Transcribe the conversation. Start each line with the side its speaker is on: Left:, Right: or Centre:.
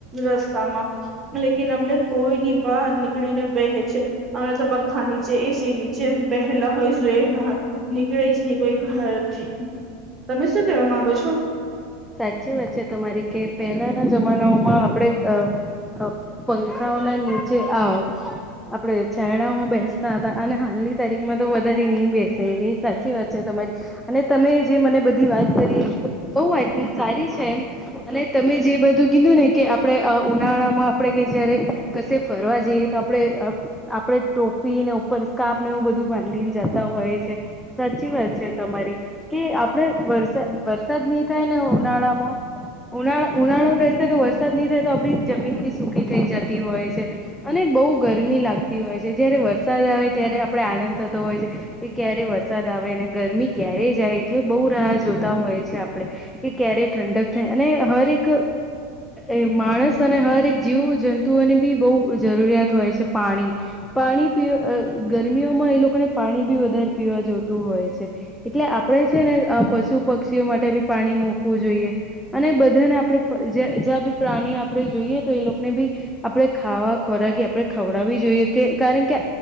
Right: રસ્તામાં લેકિન અમને કોઈ ની બહાર નીકળીને વહે છે. હમે તો પંખા નીચે એસી નીચે બેહેલા હોય જોયલા હોય નીકળે જ નહી કોઈ ઘરથી તમે શું કેવા માંગો છો?
Centre: સાચી વાત છે તમારી કે પહેલાના જમાનાઓમાં આપણે અ પંખાઓના નીચે આ આપડે છાયડામાં બેસતા હતા અને હાલની તારીખ માં તો વધારે નહી બેસે એ સાચી વાત છે તમારી અને તમે જે મને બધી વાત કરી બહુ વાત સારી છે એમ અને તમે જે બધું કીધું ને કે આપડણે અ ઉનાળા માં આપડણે કે જયારે કશે ફરવા જઈએ તો આપણે આપડે ટોપીને ઉપર સ્કાપ ને એવું બધું બાંધીને જતા હોય છે. સાચી વાત છે તમારી કે આપડે વરસા વરસાદ ની કઈ ને ઉ નાળમાં ઉનાળો ઉનાળો રહેશે તો વરસાદ નહી રે તો આપડી જમીન બી સુકી થઈ જાતી હોય છે. અને બહુ ગરમી લાગતી હોય છે જયારે વરસાદ આવે ત્યારે આપડે આનંદ થતો હોય છે કે ક્યારે વરસાદ આવે અને ગરમી ક્યારે જાય એટલે બહુ રાહ જોતા હોય છે કે ક્યારે ઠંડક થાય અને હરેક એ માણસ અને હર એક જીવ જંતુઓની બી બહુ જરૂરિયાત હોય છે પાણી પાણી પી અ ગરમીઓમાં એ લોકોને પાણી બી વધારે પીવા જોતું હોય છે એટલે આપડે છે ને અ પશુ પક્ષીઓ માટે બી પાણી મુકવું જોઈએ અને બધાને આપણે પ જ્યાં બી પ્રાણી આપણે જોઈએ તો એ લોકોને બી આપડે ખાવા ખોરાકી આપણે ખવડાવવી જોઈએ કે કારણ કે